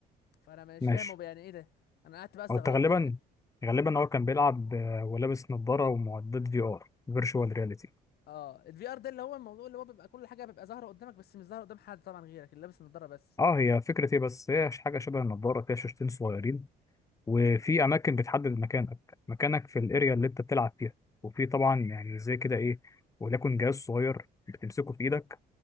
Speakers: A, on the left; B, on the left.
A: فانا مش
B: ماشي
A: فاهم هو يعني ايه ده انا قعدت بقى استغربت
B: هو أنت غالبا
A: يعني
B: غالبا هو كان بيلعب آه، ولابس نظارة ومعدات في ار فيرتشوال رياليتي
A: اه الفي ار ده اللي هو الموضوع اللي هو بيبقى كل حاجه بيبقى ظاهره قدامك بس مش ظاهره قدام حد طبعا غيرك اللي لابس النضاره بس
B: اه هي فكرة ايه بس هي ش- حاجة شبه النظارة فيها شاشتين صغيرين وفي أماكن بتحدد مكانك مكانك في الأريا اللي أنت بتلعب فيها وفي طبعا يعني زي كده إيه وليكن جهاز صغير بتمسكه في إيدك